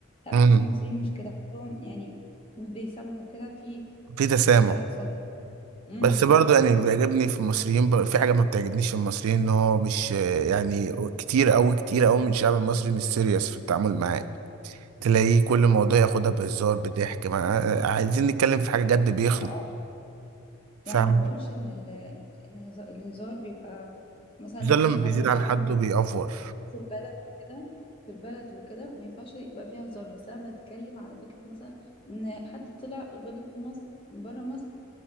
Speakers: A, on the left (about 25°); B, on the right (about 85°).
A: لا
B: امم
A: بحس المصريين مش كده عندهم يعني بيسامحوا كده في
B: في تسامح
A: في سعة صدر فاهم امم
B: بس برضو يعني
A: بالظبط
B: اللي بيعجبني في المصريين بر- في حاجة ما بتعجبنيش في المصريين ان هو مش يعني كتير أوي كتير أوي من الشعب المصري مش سيريس في التعامل معاه تلاقيه كل موضوع ياخدها بهزار
A: اه
B: بضحك ما عايزين نتكلم في حاجة جد بيخلق
A: اه
B: فاهم
A: ده انا ما بقولش ان ال... ان الهزار الهزار بيبقى مثلا
B: ده
A: لو
B: لما
A: في حاجة
B: بيزيد
A: مثلا
B: عن حده بيأفور
A: في البلد وكده في البلد وكده ما ينفعش يبقى فيها هزار بس انا بتكلم على فكره مثلا ان حد طلع غلط في مصر بره مصر